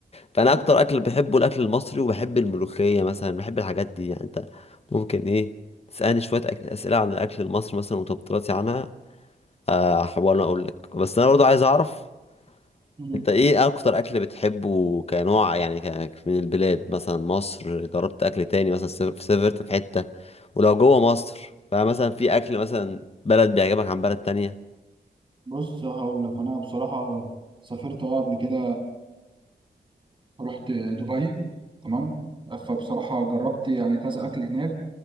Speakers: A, on the left; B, on the right.
A: فانا
B: مم.
A: اكتر اكل بحبه الاكل المصري وبحب الملوخيه مثلا بحب الحاجات دي يعني انت ممكن ايه تسالني شويه أك... اسئله عن الاكل المصري مثلا وتفضيلاتي عنها آه، احاول اقول لك بس انا برضو عايز اعرف
B: مم.
A: انت ايه اكتر اكل بتحبه كنوع يعني ك... من البلاد مثلا مصر جربت اكل تاني مثلا سافر- سافرت في حته ولو جوه مصر فمثلا في اكل مثلا بلد بيعجبك عن بلد تانية
B: بص هقول لك انا بصراحه سافرت اه قبل كده رحت دبي تمام فبصراحه جربت يعني كذا اكل هناك